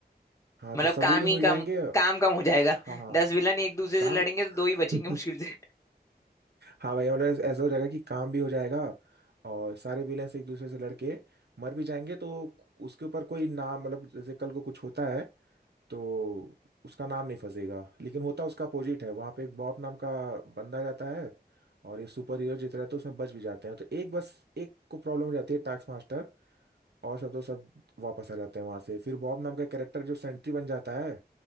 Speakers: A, on the right; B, on the left.
A: हाँ
B: मतलब
A: तो सबूत
B: काम
A: भी
B: ही
A: मिल
B: कम
A: जाएंगे
B: काम कम हो
A: हाँ
B: जाएगा <laughs>
A: हाँ
B: दस विलन एक दूसरे
A: काम
B: से लड़ेंगे
A: <laughs>
B: तो दो ही बचेंगे मुश्किल से
A: हाँ भाई और ऐस- ऐसा हो जाएगा कि काम भी हो जाएगा और सारे विलेंस एक दूसरे से लड़के मर भी जाएंगे तो उसके ऊपर कोई नाम मतलब जैसे कल को कुछ होता है तो उसका नाम नहीं फंसेगा लेकिन होता उसका अपोजिट है वहाँ पे एक बॉब नाम का बंदा जाता है और ये सुपर हीरो जितना रहता है तो उसमें बच भी जाते हैं तो एक बस एक को प्रॉब्लम हो जाती है टास्क मास्टर और सब तो सब वापस आ जाते हैं वहाँ से फिर बॉब नाम का कैरेक्टर जो सेंट्री बन जाता है